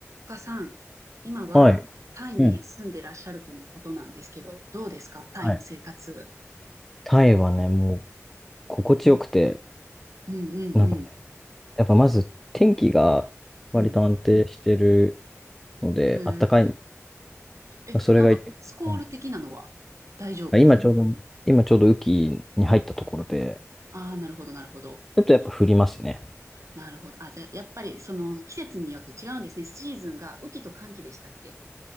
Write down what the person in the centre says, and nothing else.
はい。うん。
はい。タイはね、もう心地よくて、
なんか、やっぱまず天気が割と安定してる
ので、
あったかい
の。それがい、
うん今ちょうどね、今ちょうど雨季に入ったところで、
ちょっとやっぱ降りますね。